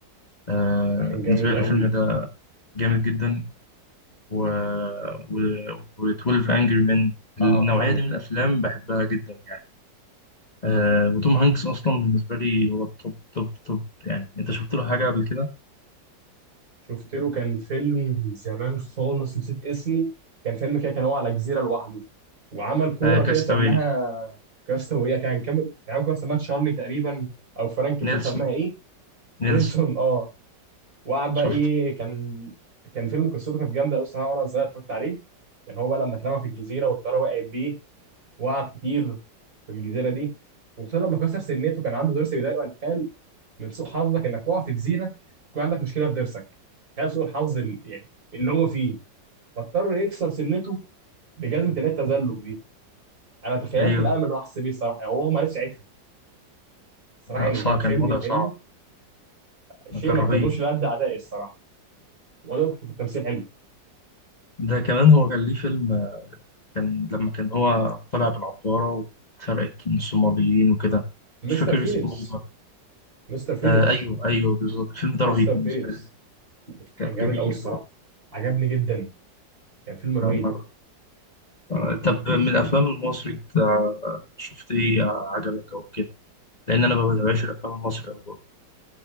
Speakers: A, on the left; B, on the right.
A: آه
B: كان
A: بالنسبة
B: جامد قوي
A: لي الفيلم ده جامد جدا و... و... و12 انجري مان النوعيه
B: اه فاهمك
A: دي من الافلام بحبها جدا يعني آه وتوم هانكس اصلا بالنسبه لي هو التوب توب توب يعني انت شفت له حاجه قبل كده
B: شفت له كان فيلم زمان خالص نسيت اسمه كان فيلم كده كان هو على جزيرة لوحده وعمل كورة
A: آه كاستاوي
B: كده سماها كاستاوية كان كامل كان عامل كورة سماها تشارلي تقريبا أو فرانك مش
A: نيلسون
B: عارف سماها إيه
A: نيلسون
B: نيلسون أه وقعد بقى
A: شفته
B: إيه كان كان فيلم قصته كانت جامدة أوي الصراحة وأنا صغير اتفرجت عليه كان هو لما اترمى في الجزيرة والطيارة وقعت بيه وقعد كتير في الجزيرة دي وخصوصا لما كسر سنته كان عنده ضرس بيضايقه انت من سوء حظك انك تقع في جزيره يكون عندك مشكله في ضرسك تخيل سوء الحظ ال- يعني اللي هو فيه فاضطر يكسر سنته بجزمه اللي هي التزلج دي انا تخيلت
A: ايوه
B: الالم اللي هو حس بيه الصراحه يعني هو ما عرفش ساعتها الصراحه
A: لا
B: يعني
A: صعب
B: كان فيلم
A: كان وضع
B: يفهمني
A: صعب
B: شيء
A: كان
B: ما
A: رهيب
B: اتمنوش لأد اعدائي الصراحه ولو في التمثيل حلو
A: ده كمان هو كان ليه فيلم آه، كان لما كان هو طلع بالعباره واتسرقت من الصوماليين وكده
B: مستر
A: مش فاكر
B: فيليبس
A: اسمه ايه برضه.
B: مستر فيليبس
A: آه ايوه ايوه بالظبط الفيلم ده
B: مستر
A: رهيب بالنسبه
B: فيليبس
A: لي كان
B: كان جامد
A: جميل
B: قوي الصراحه عجبني جدا كان فيلم رهيب
A: و... آه، طب من الافلام المصري بتاع شفت ايه عجبك او كده لان انا ما بتابعش الافلام المصري أوي برضه